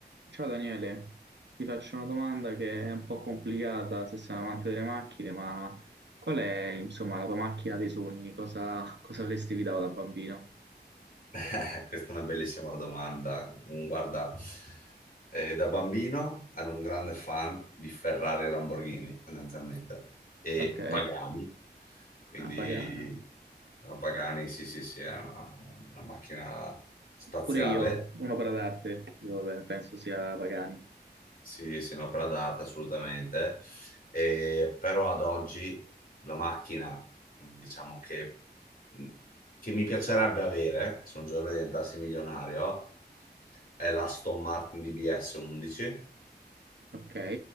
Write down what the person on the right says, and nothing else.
Ciao Daniele, ti faccio una domanda che è un po' complicata se sei un amante delle macchine, ma qual è, insomma, la tua macchina dei sogni? Cosa, cosa avresti guidato da bambino?
Ok,
ah, Pagani.
Pure io, un'opera d'arte, io beh, penso sia Pagani.
Ok,